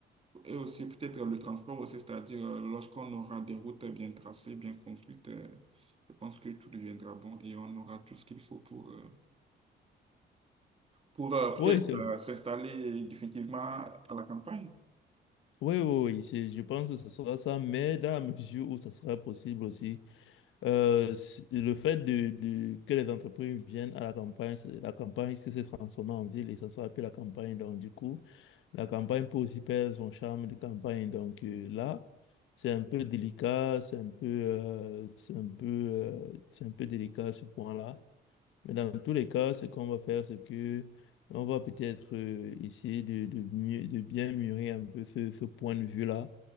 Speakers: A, on the right; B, on the left.
A: et aussi peut-être le transport aussi, c'est-à-dire euh, lorsqu'on aura des routes bien tracées, bien construites, euh, je pense que tout deviendra bon et on aura tout ce qu'il faut pour, euh, pour euh, peut-être
B: Oui, c'est...
A: euh, s'installer définitivement à la campagne.
B: oui, oui, oui, c'est- je pense que ce sera ça, mais dans la mesure où ça sera possible aussi Euh, c- le fait de, de- que les entreprises viennent à la campagne, c'est- la campagne qui s'est transformée en ville et ça sera plus la campagne. Donc, du coup, la campagne peut aussi perdre son charme de campagne. Donc, euh, là, c'est un peu délicat, c'est un peu, euh, c'est un peu, euh, c'est un peu délicat ce point-là. Mais dans tous les cas, ce qu'on va faire, c'est que on va peut-être euh, essayer de, de, mieux- de bien mûrir un peu ce, ce point de vue-là.